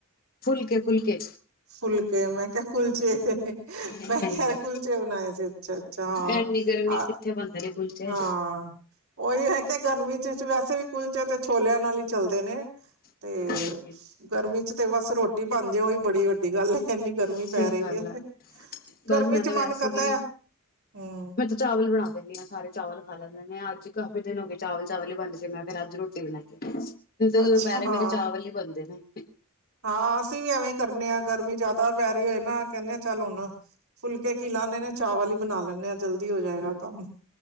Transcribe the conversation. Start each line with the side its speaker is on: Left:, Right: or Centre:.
Left: ਫੁਲਕੇ-ਫੁਲਕੇ।
Right: ਫੁਲਕੇ, ਮੈਂ ਕਿਆ ਕੁਲਚੇ
Left: ਨਹੀਂ
Right: ਮੈਂ ਕਿਹਾ ਕੁਲਚੇ ਬਣਾਏ ਸੀ। ਅੱਛਾ-ਅੱਛਾ
Left: ਐਨੀ ਗਰਮੀ
Right: ਹਾਂ।
Left: ਚ ਕਿੱਥੇ ਬਣਦੇ ਨੇ ਕੁਲਚੇ।
Right: ਹਾਂ ਉਹੀ। ਅੱਛਾ ਗਰਮੀ ਚ ਵੈਸੇ ਵੀ ਕੁਲਚੇ ਤੇ ਛੋਲਿਆਂ ਨਾਲ ਹੀ ਚੱਲਦੇ ਨੇ, ਤੇ
Left: ਹਾਂਜੀ।
Right: ਗਰਮੀ ਚ ਤੇ ਬਸ ਰੋਟੀ ਬਣ ਜਾ ਏ ਔਹੀ ਬੜੀ ਵੱਡੀ ਗੱਲ ਏ। ਐਨੀ ਗਰਮੀ
Left: ਸਹੀ
Right: ਪੈ ਰਹੀ
Left: ਗੱਲ
Right: ਐ,
Left: ਹੈ
Right: ਗਰਮੀ
Left: ਬਸ ਮੈਂ
Right: ਚ
Left: ਤਾਂ ਵੈਸੇ
Right: ਮਨ ਕਰਦਾ
Left: ਵੀ
Right: ਹੈ ਹੂੰ।
Left: ਮੈਂ ਤਾਂ ਚਾਵਲ ਬਣਾ ਦਿੰਦੀ ਹਾਂ ਸਾਰੇ ਚਾਵਲ ਖਾ ਲੈਂਦੇ ਨੇ, ਅੱਜ ਕਾਫੀ ਦਿਨ ਹੋ ਗੇ ਚਾਵਲ ਚਾਵਲ ਹੀ ਬਣਦੇ ਸੀ ਮੈਂ ਫਿਰ ਅੱਜ ਰੋਟੀ ਬਣਾਈ ਐ। <unintelligible>
Right: ਅੱਛਾ
Left: ਜ਼ੂਰ ਪੈਰੇ
Right: ਹਾਂ,
Left: ਮੇਰੇ ਚਾਵਲ ਈ ਬਣਦੇ ਨੇ। <inaudible>
Right: ਹਾਂ, ਅਸੀਂ ਵੀ ਐਵੇਂ ਈ ਕਰਨੇ ਆਂ ਗਰਮੀ ਜੈਦਾ ਪੈ ਰਹੀ ਹੈਏ ਨਾ ਕੈੰਦੇ ਆਂ ਚੱਲ ਹੁਣ ਫੁਲਕੇ ਕੀ ਲਾਣੇ ਨੇ ਚਾਵਲ ਈ ਬਣਾ ਲੈਂਣੇ ਆਂ। ਜਲਦੀ ਹੋ ਜਾਏਗਾ
Left: ਹੂੰ
Right: ਕੰਮ